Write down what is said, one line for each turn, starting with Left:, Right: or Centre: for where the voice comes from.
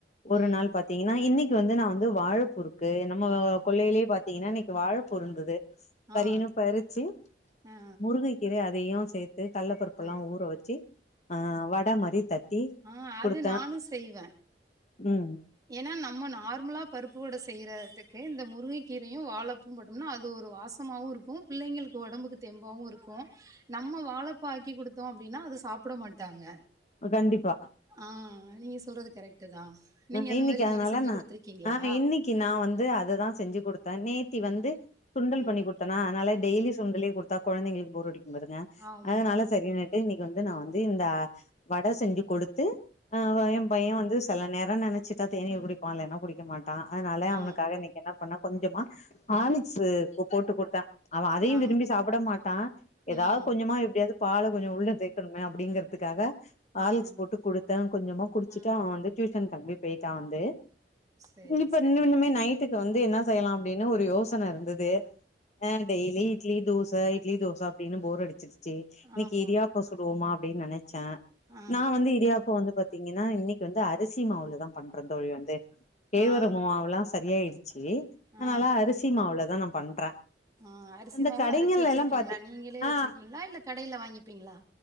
Right: ம்
Left: ஒரு நாள் பாத்தீங்கன்னா இன்னைக்கு வந்து நா வந்து வாழப்பூ இருக்கு நம்ம கொள்ளையிலேயே பாத்தீங்கன்னா இன்னைக்கு வாழப்பூ இருந்தது
Right: ஆ
Left: பறின்னு
Right: ஆ
Left: பறிச்சு
Right: ஆ
Left: முருங்ககீரைய அது தையும் சேத்து கல்ல பருப்பெல்லா
Right: ஆ
Left: ஊற வச்சு ஆ வட மாரி தட்டி
Right: ஆ அது
Left: குடுத்தே
Right: நானு செய்வ
Left: ம்
Right: ஏன்னா நம்ம நார்மலா பருப்பு வட செய்யறதுக்கு இந்த முருங்கக்கீரையும் வாழப் பூவும் போட்டம்னா அது ஒரு வாசமாவும் இருக்கும் பிள்ளைங்களுக்கு ஒடம்புக்கு தெம்பாவும் இருக்கும் நம்ம வாழைப்பூ ஆக்கி குடுத்தோ அப்டின்னா அத சாப்பிட மாட்டாங்க
Left: கண்டிப்பா
Right: ஆ நீங்க சொல்றது கரெக்ட் தா நீங்க
Left: ஆ
Right: அந்த
Left: இன்னைக்கு
Right: மாரி
Left: அதனால
Right: செஞ்சு
Left: நா
Right: குடுத்துருக்கீங்களா
Left: ஆ இன்னைக்கு நா வந்து அததா செஞ்சு குடுத்தே நேத்தி வந்து சுண்டல்
Right: ம்
Left: பண்ணி குடுத்தனா அதனால டெய்லி சுண்டலே குடுத்தா கொழந்தைங்களுக்கு போரடிக்கும் பாருங்க
Right: ஆமா
Left: அதனால சரின்னுட்டு இன்னைக்கு வந்து நா வந்து இந்த வட செஞ்சு குடுத்து ஆ ஏ பையே வந்து செல நேர நெனைச்சிட்டா தேநீர் குடிப்பா இல்லனா குடிக்க மாட் டான் அதனால
Right: ஆ
Left: அவனுக்காக இன்னைக்கு என்ன பண்ணா கொஞ்சமா ஆலிக்ஸு
Right: ஆ
Left: போட்டு குடுத்தே அவன் அதையும்
Right: ஆ
Left: விரும்பி சாப்பிட மாட்டா ஏதாவது
Right: ம்
Left: கொஞ்சமா எப்டியாவது பால கொஞ்சோ உள்ள சேக்கணுமே அப்டிங்கறதுக்காக ஆர்லிக்ஸ்
Right: ஆ
Left: போட்டு குடுத்தே கொஞ்சமா குடிச்சுட்டு
Right: ம்
Left: அவன் வந்து டியூஷன் கலம்பி போயிட்டா வந்து
Right: சேரி
Left: இப்ப
Right: சேரி
Left: நின்னுன்னுமே நைட்டுக்கு வந்து என்ன செய்யலா அப்டின்னு ஒரு யோசன இருந்தது ஆ டெய்லி இட்லி தோச இட்லி தோச அப்டின்னு போர் அடிச்சு ச்சு இன்னைக்கு
Right: ஆமா
Left: இடியாப்ப சுடுவோமா அப்டின்னு நெனச்சே
Right: ஆ
Left: நா வந்து இடியா ப்போ வந்து பாத்தீங்கன்னா இன்னைக்கு வந்து அரிசி மாவுலதா பண்றேந்தோழி வந்து கேழ்வரகு
Right: ஆ
Left: மாவுல்லா சரியாயடுச்சு அதனால
Right: ஆ
Left: அரிசி மாவுலதா நா பண்றே
Right: ஆ அரிசிமாவு
Left: இந்த கடைங்கள்ல
Right: அரைச்சு வச்சிருக்கீங்களா
Left: எல்லா பாத்தி
Right: நீங்களே
Left: ஆ
Right: வச்சிருக்கீங்களா இல்ல கடையில வாங்கிப்பீங்களா